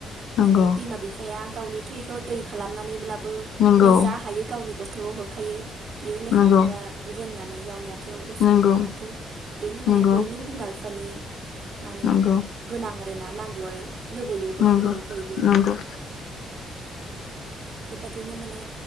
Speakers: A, on the left; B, on the right.
A: नंगौ
B: माने बिमा बिफाया गावनि थैखौ दै खालामनानैब्लाबो
A: नंगौ
B: <unintelligible> जा हायो गावनि गथ थ' हरखायो बियो लेखा
A: नंगौ
B: फ'रा रोंनानै <unintelligible> गसंनो
A: नंगौ
B: हाथों बेनो माने
A: नंगौ
B: बयनिबो बिमा बिफ बानि माने
A: नंगौ
B: गोनां <unintelligible> ना नांगौ आरो लुबैयो बेफोरखौ
A: नंगौ
B: बयबो-
A: नंगौ
B: बेबादिनो माने